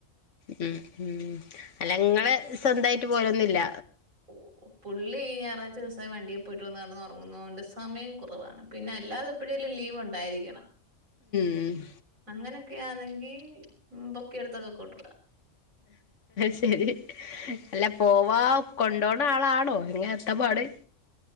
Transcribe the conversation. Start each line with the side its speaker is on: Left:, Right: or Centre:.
Left: ഉം ഉം അല്ലങ്ങള് സ്വന്തായിട്ട് പോയൊന്നില്ല.
Right: ഓ പുള്ളി ഞായറാഴ്ച ദിവസം വണ്ടിയെ പോയിട്ട് വന്ന് കിടന്ന് ഉറങ്ങുന്ന കൊണ്ട് സമയം കുറവാണ്. പിന്നെ അല്ലാതെ എപ്പളേലും ലീവ് ഉ ണ്ടായിരിക്കണം.
Left: ഉം.
Right: അങ്ങനൊക്കെയാണെങ്കി പൊക്കിയെടുത്തൊക്കെ കൊണ്ടുപോകാം.
Left: ശരി. അല്ല പോവാ കൊണ്ടപോണ ആളാണോ? ഇങ്ങനത്തെപാട്.